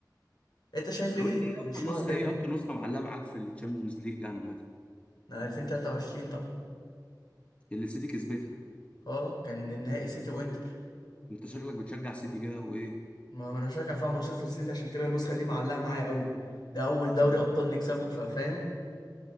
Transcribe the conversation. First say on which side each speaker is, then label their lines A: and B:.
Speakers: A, on the left; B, on the left.
A: انت شايف ايه
B: طب انت ايه
A: برشلونه
B: اكتر نسخه
A: هتعمل
B: ايه اكتر نسخه معلقه معاك في الشامبيونز ليج عامه
A: ايه 2023 طبعا
B: اللي السيتي كسبتها
A: اه كان النهائي سيتي وانتر
B: انت شكلك بتشجع السيتي كده وايه
A: ما ما انا شجع فيها مانشستر سيتي عشان كده النسخه دي معلقه معايا قوي ده اول دوري
B: يعني
A: ابطال نكسبه ففاهم